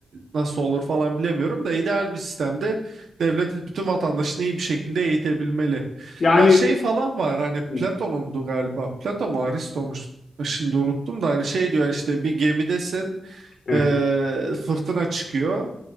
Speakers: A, on the right; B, on the left.
A: nasıl olur falan bilemiyorum da ideal bir sistemde devlet bütün vatandaşını iyi bir şekilde eğitebilmeli.
B: Yani
A: Ya şey falan var hani Platon'undu
B: hı,
A: galiba Platon, mu Aristo mu şimdi unuttum da hani şey diyor hani işte bir gemidesin
B: evet.
A: eee, fırtına çıkıyor.